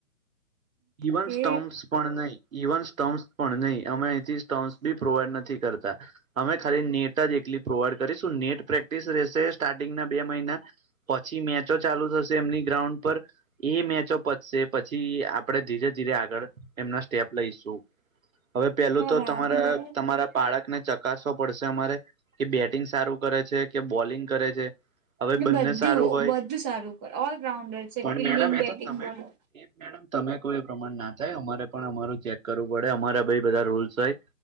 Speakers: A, on the right; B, on the right.
A: ઇવન
B: કે
A: સ્ટમ્પ્સ પણ નહી, ઇવન સ્ટમ્સ પણ નહીં અમે અહીં થી સ્ટમસ બી પ્રોવાઈડ નથી થી કરતા અમે ખાલી નેટ જ એકલી પ્રોવાઈડ કરીશું નેટ પ્રેક્ટિસ રહેશે સ્ટાર્ટિંગ ના બે મહિના પછી મેચો ચાલુ થશે એમની ગ્રાઉન્ડ પર એ મેચો પતશે પછી આપણે ધીરે ધીરે આગળ એમના સ્ટેપ લઈશું. હવે પેલું
B: બરાબર
A: તો તમારા તમારા બાળકને ચકાસવો પડશે અમારે કે બેટિંગ સારું કરે છે કે બોલિંગ કરે છે. હવે
B: એટ
A: બંને
B: બધું
A: સારું હોય
B: બધું સારું કરે ઓલ રાઉન્ડર છે
A: પણ
B: ફિલ્ડિંગ,
A: મેડમ
B: બેટિંગ, બોલિંગ.
A: એ મેડમ તમે કોઈ પ્રમાણ ના થાય અમારે પણ અમારુ ચેક કરવું પડે અમારા ભઈ બધા રૂલ્સ હોય.